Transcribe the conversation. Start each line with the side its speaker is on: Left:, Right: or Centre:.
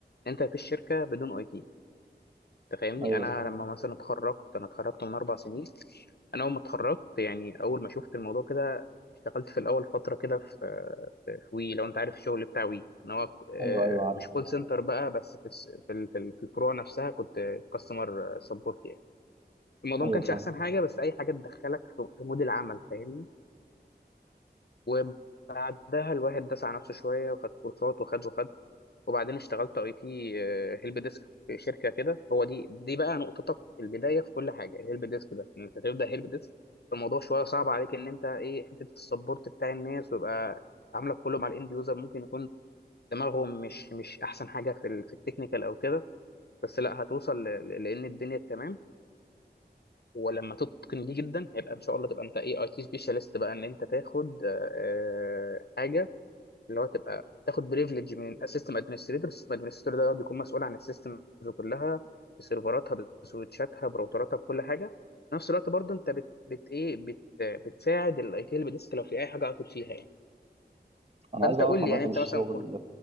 Left: انت في الشركه بدون اي تي انت فاهمني
Right: ايوه
Left: انا
Right: صح.
Left: لما مثلا اتخرجت انا اتخرجت من اربع سنين انا اول ما اتخرجت يعني اول ما شفت الموضوع كده اشتغلت في الاول فتره كده في في في وي لو انت عارف الشغل بتاع وي ان هو آه،
Right: ايوه ايوه عارف
Left: مش كول سنتر بقى بس في الس- في ال- في ال- في الفروع نفسها كنت كاستمر سبورت يعني الموضوع
Right: ايوه
Left: ما كانش
Right: فاهم
Left: احسن حاجه بس اي حاجه تدخلك في في مود العمل فاهمني وبعدها الواحد داس على نفسه شويه وخد كورسات وخد وخد وبعدين اشتغلت اي تي هيلب ديسك في شركه كده هو دي دي بقى نقطتك البدايه في كل حاجه الهيلب ديسك ده ان انت تبدا هيلب ديسك الموضوع شويه صعب عليك ان انت ايه حته السبورت بتاع الناس ويبقى عاملك كله مع الاند يوزر ممكن يكون دماغهم مش مش احسن حاجه في ال- في التكنيكال او كده بس لا هتوصل ل- ل- لان الدنيا تمام ولما تتقن دي جدا هيبقى ان شاء الله تبقى انت ايه اي تي سبيشالست بقى ان انت تاخد آه، آه، حاجه اللي هو تبقى تاخد بريفليج من السيستم ادمنستريتور السيستم ادمنستريتور ده هو بيكون مسؤول عن السيستمز كلها بسيرفراتها بسويتشاتها براوتراتها بكل حاجه في نفس الوقت برضو انت بت, بت ايه بت بتساعد الاي تي اللي بديسك لو في اي حاجه عطل فيها يعني
Right: انا
Left: فانت
Right: عايز اعرف
Left: قول
Right: عامه
Left: لي يعني انت
Right: الشغل
Left: مثلا كور-